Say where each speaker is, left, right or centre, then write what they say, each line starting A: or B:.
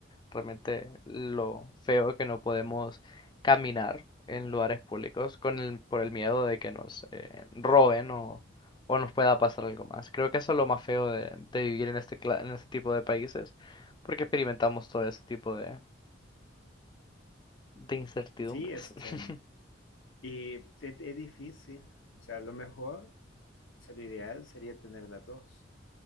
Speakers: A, on the left; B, on the left.
A: realmente lo feo que no podemos caminar en lugares públicos con el, por el miedo de que nos eh, roben o, o nos pueda pasar algo más. Creo que eso es lo más feo de, de vivir en este, cla- en este tipo de países, porque experimentamos todo ese tipo de, de incertidumbres.
B: Sí, este,
A: <laughs>
B: y es, es difícil. O sea, lo mejor, o sea, lo ideal sería tener las dos.